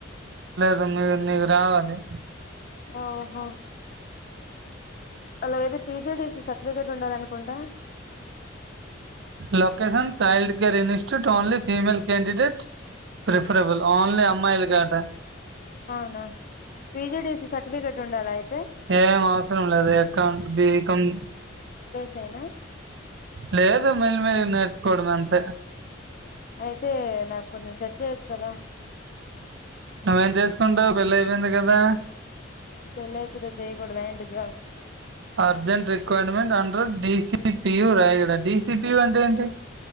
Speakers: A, on the right; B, on the left.
A: తోమిదిన్ నీకు రావాలే
B: ఓహో అలాగయ్తే పిజిడిసి సట్ వెకటి ఉండదనుకుంట
A: location child care institute only female candidate refer ఇవ్వల్ ఓన్లీ అమ్మాయిలకాటా
B: అవునా పిజిడిసి సర్టిఫికేట్ ఉండాలా అయితే
A: ఏమౌస్రం లేదు యకౌంట్ బీకమ్
B: సేనా.
A: లేదు మెల్ మెల్లిగ్ నేర్చుకోడమంతె.
B: అయితే నాకు కొంచెం సర్చ్ చేయొచ్చు కదా
A: నువ్వేం చేసుకుంటావు పెళ్లి అయిపోయింది కదా
B: పెళ్లి ఐపోతే చేయ్యకూడదా ఏంటి job
A: urgent requirement under DCPU రై ఇక్కడ డీసిపియ్యూ అంటె ఏంటి